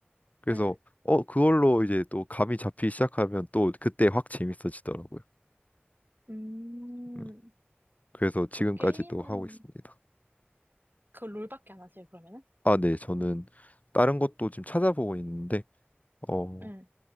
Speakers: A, on the left; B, on the right.
A: 그래서
B: 응.
A: 어 그걸로 이제 또 감이 잡히기 시작하면 또 그때 확 재밌어지더라고요.
B: 음,
A: 음, 그래서 지금까지도
B: 그 게임은
A: 하고 있습니다.
B: 그 롤밖에 안 하세요, 그러면은?
A: 아, 네, 저는 다른 것도 지금 찾아보고 있는데. 어,
B: 응.